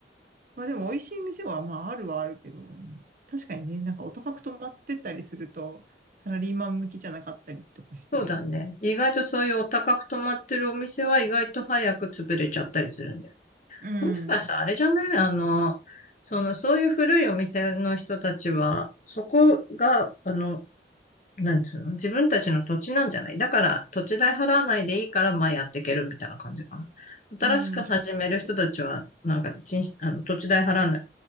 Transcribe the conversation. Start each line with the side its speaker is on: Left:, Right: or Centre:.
Right: まあでも美味しい店はまああるはあるけど、確かにね、なんかお高く泊まってったりすると、サラリーマン向きじゃなかったりとかして。
Left: そうだね。意外とそういうお高く泊まってるお店は意外と早く潰れちゃったりするんだよ。
Right: うん。
Left: もしかしたらあれじゃないあの、その、そういう古いお店の人たちは、そこが、あの、なんつうの自分たちの土地なんじゃないだから、土地代払わないでいいから、まあやっていけるみたいな感じかな。新しく始める人たちは、
Right: うん、そうかもしれない。
Left: なんか、ちん、あの、土地代払わない、